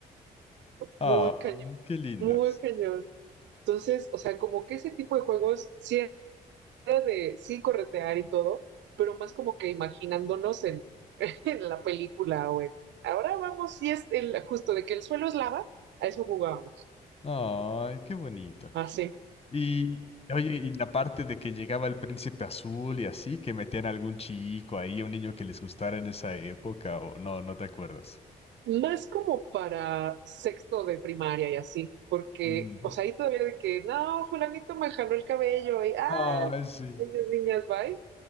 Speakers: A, on the right; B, on the left.
A: <laughs>
B: Ah,
A: Muy cañón,
B: mm, qué lindas.
A: muy cañón. Entonces, o sea, como que ese tipo de juegos sí era de sí corretear y todo, pero más como que imaginándonos en, <laughs> en la película, güey. Ahora vamos, y es el, justo de que el suelo es lava, a eso jugábamos,
B: Ay, qué bonito.
A: así.
B: Y, oye, y la parte de que llegaba el príncipe azul y así, que metían a algún chico ahí, un niño que les gustara en esa época, o no, no te acuerdas.
A: No es como para sexto de primaria y así, porque,
B: Mm.
A: o sea, ahí todavía de que, no, fulanito me jaló el cabello y, ah,
B: Ay, sí.
A: niños, niñas, bye.